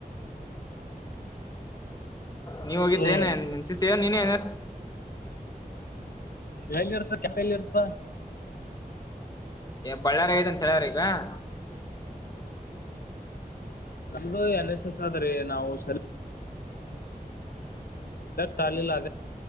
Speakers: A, on the left (about 25°); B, on the left (about 75°).
A: ನೀವ ಹೋಗಿದ್ರೆ
B: ಹ್ಮ್
A: ನ ನೆನ್ಸತಿ ನೀನೇ ನ
B: ಎಲ್ಲಿ ಇರ್ತ ಕೆಪ ಎಲ್ಲಿ ಇರ್ತ
A: ಬಳ್ಳಾರಿ ಐದಂತ ಹೇಳ್ರ ಈಗ ಹ
B: ನಮ್ದು ಎನ್ ಎಸ್ ಎಸ್ ಆದ್ರಿ ನಾವು ಸೆಲೆಕ್ಟ್ ಟಳಿಲ್ಲ